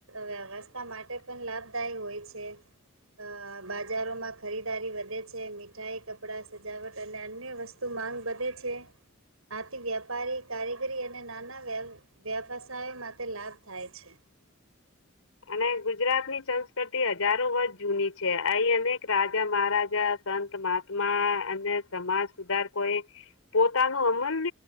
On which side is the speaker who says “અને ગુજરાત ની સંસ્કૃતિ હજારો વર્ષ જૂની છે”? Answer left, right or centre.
Left